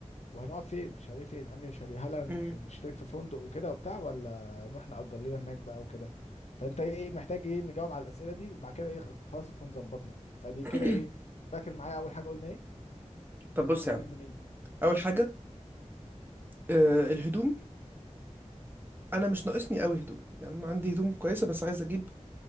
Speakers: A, on the left; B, on the right.
A: وهنقعد فين الشاليه فين أنهي شاليه هل هنش-
B: امم
A: هنشترك في فندق وكده وبتاع ولا نروح نأجر لنا هناك بقى وكده فأنت إيه محتاج إيه نجاوب على الأسئلة دي وبعد كده إيه خ- خلاص نكون ظبطنا فدي
B: <clears throat>
A: كده إيه فاكر معايا أول حاجة قلنا إيه
B: طب
A: هنجيب
B: بص
A: هدوم
B: يا عم
A: منين
B: اول حاجه آه الهدوم انا مش ناقصني قوي هدوم يعني انا عندي هدوم كويسه بس عايز اجيب